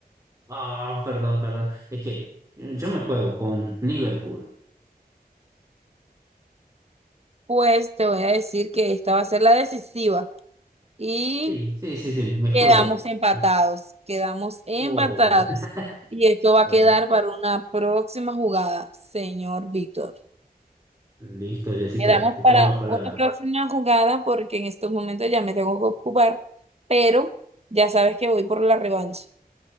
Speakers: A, on the right; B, on the right.
A: Ah, perdón, perdón. Es que yo me juego con Liverpool.
B: Pues te voy a decir que esta va a ser la decisiva. Y
A: Sí, sí, sí, sí, me juego.
B: Quedamos empatados,
A: Me
B: quedamos empatados.
A: juego. <laughs>
B: Y esto va a
A: Bueno,
B: quedar para una próxima jugada, señor Víctor.
A: listo, Jessica,
B: Quedamos
A: te tomo
B: para
A: la palabra.
B: una próxima jugada porque en estos momentos ya me tengo que ocupar, pero ya sabes que voy por la revancha.